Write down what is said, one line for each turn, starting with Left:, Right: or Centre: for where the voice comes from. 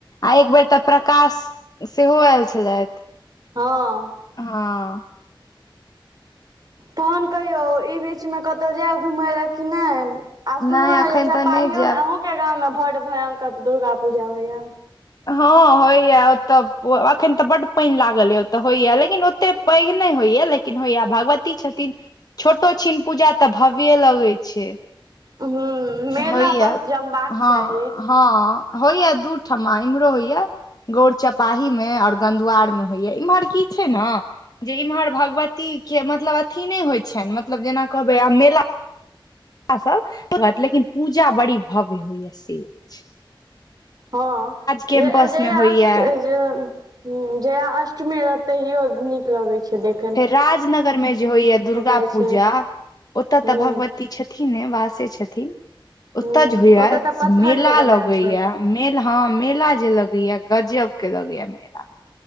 Left: आ एक बेर तऽ प्रकाश सेहो आयल छलैथ
Right: हँ
Left: हँ
Right: तहन कहियौ ई बीचमे कतो जायब घुमय लए कि नय आ सुनलहु
Left: नहि एखन
Right: हे जे
Left: तऽ
Right: चपाहियों
Left: नहि जायब
Right: म अहूँ के गाम में बड भयंकर दुर्गा पूजा होइया
Left: हँ होइए ओतय एखन तऽ बड पाईन लागल यए ओतय होइया लेकिन ओतेक पैघ नय होइया लेकिन होइया भगवती छथिन छोटो छिन पूजा तऽ भव्ये लगैय छै
Right: हूँ मेला
Left: होइया
Right: बस जमबाक
Left: हँ
Right: चाही
Left: हँ होइय दू ठमा इम्हरो होइय गौर चपाही मे और गंगदुवार‌ मे होइया इम्हर की छै ने जे इम्हर भगवती के मतलब अथी नय होइ छैन मतलब जेना कहबै आब मेला सब लेकिन पूजा बड़ी भव्य होइया से ऐछ
Right: हँ
Left: कैम्पस
Right: जे जेयहा
Left: मे होइया
Right: अष्ट जे हू जया अष्टमी रहत तहियो नीक लगे छै देखय
Left: फेर राजनगर में जे होइया दुर्गा
Right: जाइ
Left: पूजा
Right: छै
Left: ओतय
Right: हूँ
Left: तऽ भगवती छथिन ने वासे छथिन
Right: हूँ
Left: ओतय जे होइया
Right: ओतऽ तऽ पत्थर
Left: मेला
Right: के बनायल
Left: लगे
Right: छै
Left: या मेला ह मेला जे लगे या गजब के लगेया मेला